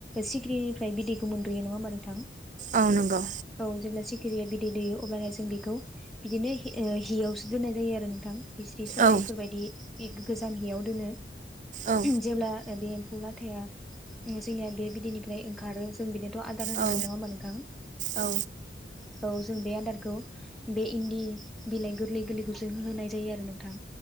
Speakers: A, in the centre; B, on the right.
A: सिगिरिनिफ्राय बिदैखौ मोनग्रोयो, नङा होमबा नोंथां?
B: औ नंगौ
A: औ, जेब्ला सिखिरिया बिदै दैयो अब्लानो जों बेखौ बिदिनो हि ओ हियावसो दोननाय जायो आरो नोंथां हिस्रि सराइफोरबायदि
B: औ
A: इग गोजाम हियाव दोनो।
B: औ
A: जेब्ला बे एम्फौ ला थाया उम जोंनिया बे बिदैनिफ्राय ओंखारो जों बिनि थ' आदार होनांगोन।
B: औ
A: नङा होनबा नोंथां?
B: औ
A: औ जों बे आदारखौ बे इन्दि बिलाइ गोरलै गोरलैखौ जों होनाय जायो आरो नोंथां।